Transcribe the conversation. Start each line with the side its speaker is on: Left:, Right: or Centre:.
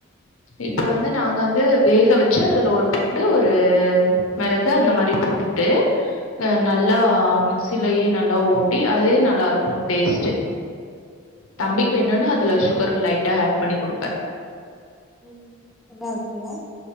Left: இப்ப வந்து நாங்கந்து வேக வச்சு அதுல ஒரு பூண்டு ஒரு மெள கு அந்த மாரி போட்டுட்டு அ நல்லா மிக்ஸிலயே நல்லா ஓட்டி அதே நல்லாருக்கு டேஸ்ட்டு தம்பிக்கு வேணுனா அதுல சுகர் லைட்டா ஆட் பண்ணி குடுப்பே
Centre: ம் ம் நல்லாருக்குமா